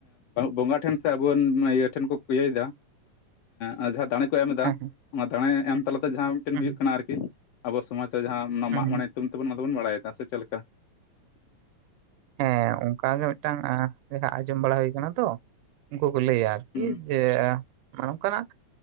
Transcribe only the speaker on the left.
ᱵᱚᱸᱜᱟ ᱴᱷᱮᱱ ᱥᱮ ᱟᱵᱚᱨᱮᱱ ᱤᱭᱟᱹ ᱴᱷᱮᱱ ᱠᱚ ᱤᱭᱟᱹᱭᱟ ᱟᱨ ᱡᱟᱦᱟᱸ ᱫᱟᱲᱮ ᱠᱚ ᱮᱢ ᱮᱫᱟ
ᱚᱱᱟ ᱫᱟᱲᱮ ᱮᱢ ᱛᱟᱞᱟᱛᱮ ᱡᱟᱦᱟᱸ ᱢᱤᱫᱴᱮᱱ
ᱦᱩᱭᱩᱜ ᱠᱟᱱᱟ ᱟᱨᱠᱤ ᱟᱵᱚ ᱥᱚᱢᱟᱡᱽ ᱨᱮ ᱡᱟᱦᱟᱸ ᱚᱱᱟ
ᱢᱟᱜ ᱢᱚᱬᱮ ᱧᱩᱛᱩᱢ ᱛᱮᱵᱚᱱ ᱚᱱᱟ ᱫᱚᱵᱚᱱ ᱵᱟᱲᱟᱭᱮᱫᱟ ᱥᱮ ᱪᱮᱫ ᱞᱮᱠᱟ
ᱦᱩᱸ